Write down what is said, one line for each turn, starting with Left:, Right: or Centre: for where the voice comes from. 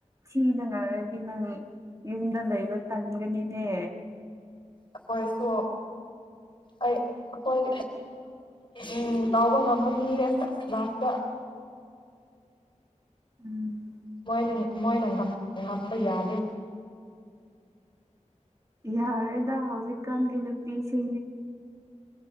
Right: ꯁꯤꯅ ꯉꯥꯏꯔꯗꯤ ꯅꯪ ꯌꯨꯝꯗ ꯂꯩꯕ ꯇꯟꯒꯅꯤꯅꯦ
Left: ꯑꯩꯈꯣꯏꯁꯨ ꯑꯩ ꯑꯩꯈꯣꯏ ꯃꯤ ꯂꯥꯎꯕ ꯉꯝꯕꯅꯤꯅꯦ ꯂꯥꯁꯇ
Right: ꯎꯝ
Left: ꯃꯣꯏꯅ ꯃꯣꯏꯅ ꯉꯝꯕ ꯌꯥꯗꯦ
Right: ꯌꯥꯗ ꯄ ꯁꯤ